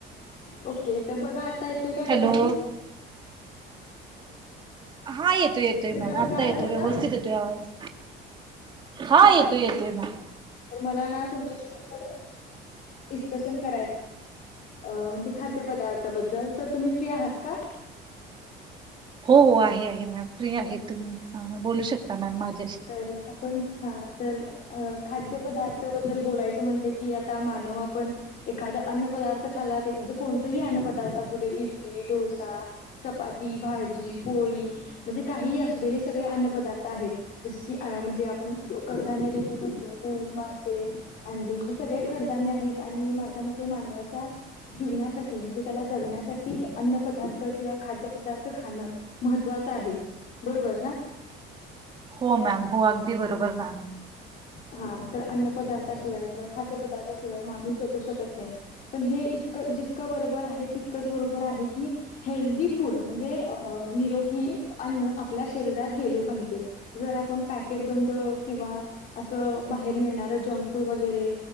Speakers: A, on the left; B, on the right.
A: ओके तर बघा आता येतोय का
B: हॅलो
A: व्यवस्थित
B: हा येतो येतोय मॅम
A: का
B: आत्ता
A: बघा आवाज
B: येतोय
A: आता
B: व्यवस्थित येतोय आवाज हा येतोय येतोय म
A: तर मला ना तुमच्या थोड डिस्कशन करायच म्हणजे खाद्य पदार्थाबद्दल तर तुम्ही फ्री आहात का?
B: हो आहे आह मॅम फ्री आहे तुम्ही बोलू शकता मॅम माझ्या-
A: तर आपण हा तर अ खाद्य पदार्थबद्दल बोलायचं म्हटले की आता मानव आपण एखादा अन्न पदार्थ खाला म्हणजे कोणतेही अन्न पदार्थ असू दे इडली, डोसा, चपाती, भाजी, पोळी, म्हणजे काहीही असू दे हे सगळे अन्न पदार्थ आहेत. जस की अ म्हणजे आपण कडधान्य देखील म्हणतो दूध, मासे, अंडी. हे सगळे कडधान्य आहेत आणि माझ्या मते मानवाच्या जीवनासाठी म्हणजे त्याला जगण्यासाठी अन्न पदार्थ किंवा खाद्य पदार्थ खाणं महत्त्वाचं आहे बरोबर ना?
B: हो मॅम हो अगदी बरोबर मॅम.
A: हा तर अन्न पदार्थाशिवाय किंवा खाद्य पदार्थाशिवाय माणूस जगू शकत. नाही पण हे इतकं जितकं बरोबर आहे. तितकंच बरोबर आहे की हेल्दी फूड म्हणजे, अ निरोगी अन्न आपल्या शरीरात गेलं पाहिजे. जर आपण पॅकेट बंद किंवा- असं बाहेर मिळणार जंक फूड वगैरे